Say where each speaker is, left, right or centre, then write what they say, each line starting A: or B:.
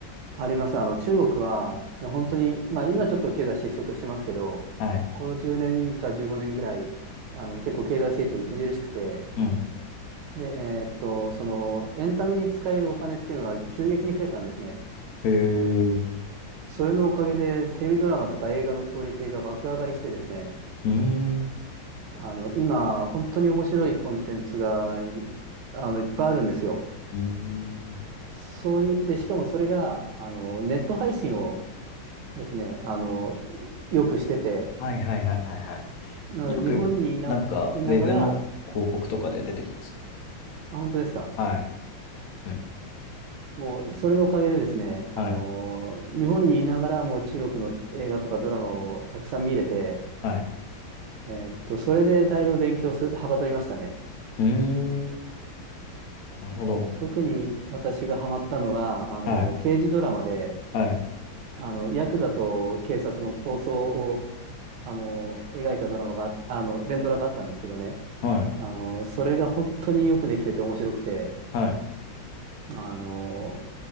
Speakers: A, on the right; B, on the left.
A: あります。あの、中国は、いや本当に、まあ今ちょっと経済失速してますけど、
B: はい。
A: この10年か15年ぐらい、あの、結構経済成長著しくて、
B: うん。
A: で、えーっと、その、エンタメに使えるお金っていうのは急激に増えたんですね。
B: へえ。う
A: それのおかげで、テレビドラマとか映画のクオリティが爆上がりしてですね、
B: ーん。
A: あの、今、本当に面白いコンテンツが、いあの、いっぱいあるんですよ。
B: うーん。
A: そういう、で、しかもそれが、あの、ネット配信をですね、あの、よくしてて、
B: はいはいはいはいはい。
A: なので、
B: よく、
A: 日本にいな、
B: なんか、
A: いながら、
B: ウェブの広告とかで出てきますね。
A: あ、本当ですか。
B: はい。うん。
A: もう、それのおかげでですね、あのー日本にいながら、
B: はい。
A: もう中国の映画とかドラマをたくさん見れて、
B: はい。
A: えーっと、それでだいぶ勉強す、はかどりましたね。
B: うーん。なるほど。
A: 特に私がハマったのが、あの、
B: はい。
A: 刑事ドラマで、
B: はい。
A: あの、ヤクザと警察の抗争を、あの、描いたドラマが、あの、連ドラがあったんですけどね、
B: はい。
A: あの、それが本当によくできてて面白くて、
B: はい。
A: あの、